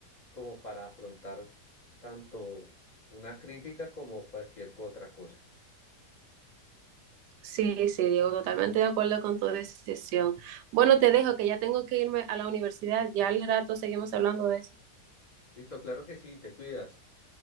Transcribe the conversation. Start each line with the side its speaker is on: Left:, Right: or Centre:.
Left: como para afrontar tanto una crítica como cualquier otra cosa.
Right: Sí, sí, Diego, totalmente de acuerdo con tu decisión. Bueno, te dejo que ya tengo que irme a la universidad. Ya al rato seguimos hablando de eso.
Left: Listo, claro que sí, te cuidas.